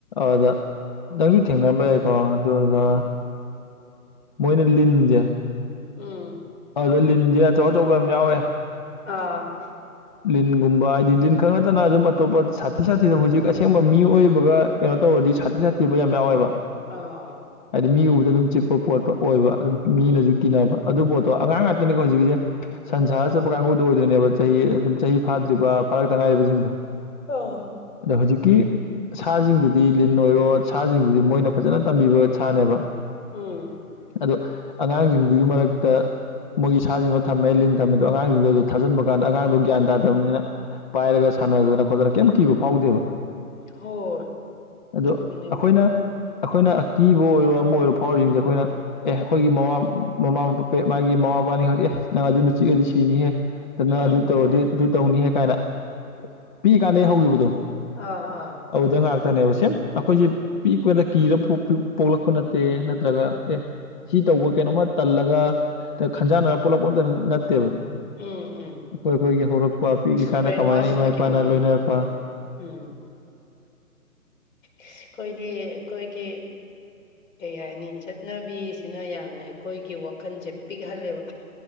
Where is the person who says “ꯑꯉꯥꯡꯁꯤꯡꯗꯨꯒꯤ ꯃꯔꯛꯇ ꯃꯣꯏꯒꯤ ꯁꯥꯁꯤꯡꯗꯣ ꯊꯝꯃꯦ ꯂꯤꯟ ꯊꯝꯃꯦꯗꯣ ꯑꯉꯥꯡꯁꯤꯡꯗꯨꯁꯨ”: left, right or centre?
Left